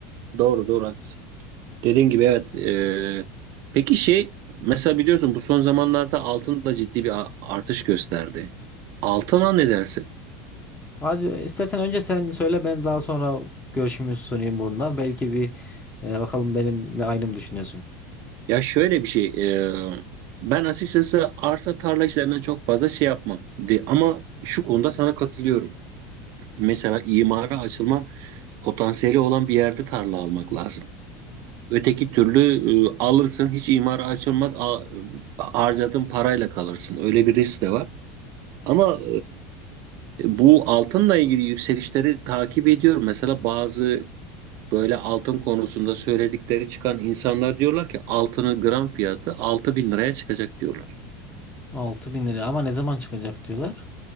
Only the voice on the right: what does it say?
Doğru doğru haklısın. Dediğin gibi evet. e, peki şey mesela biliyorsun bu son zamanlarda altın da ciddi bir a- artış gösterdi. Altına ne dersin?
Ya şöyle bir şey, e, ben açıkçası arsa tarla işlerine çok fazla şey yapmam. De, ama şu konuda sana katılıyorum. Mesela imara açılma potansiyeli olan bir yerde tarla almak lazım. Öteki türlü e, alırsın hiç imara açılmaz a, harcadığın parayla kalırsın. Öyle bir risk de var. Ama e, bu altınla ilgili yükselişleri takip ediyorum. Mesela bazı Böyle altın konusunda söyledikleri çıkan insanlar diyorlar ki altının gram fiyatı altı bin liraya çıkacak diyorlar.